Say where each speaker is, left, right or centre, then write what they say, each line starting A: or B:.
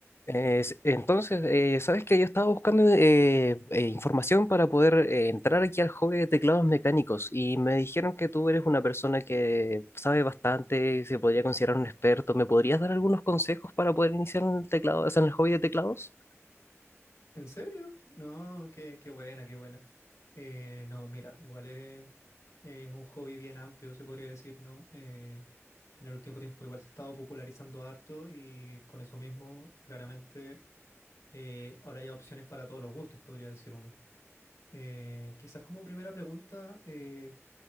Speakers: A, on the left; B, on the left.
A: Es- entonces, eh, sabes que yo estaba buscando eh, eh, información para poder eh, entrar aquí al hobby de teclados mecánicos y me dijeron que tú eres una persona que sabe bastante, se podría considerar un experto. ¿Me podrías dar algunos consejos para poder iniciar en el teclado, o sea, en el hobby de teclados?
B: ¿En serio? No, qué, qué buena, qué buena. Eh, no, mira, igual es, es un hobby bien amplio, se podría decir, ¿no? Eh, en el último tiempo igual se ha estado popularizando harto y con eso mismo, claramente, eh, ahora hay opciones para todos los gustos, podría decir uno. Eh, quizás como primera pregunta, eh,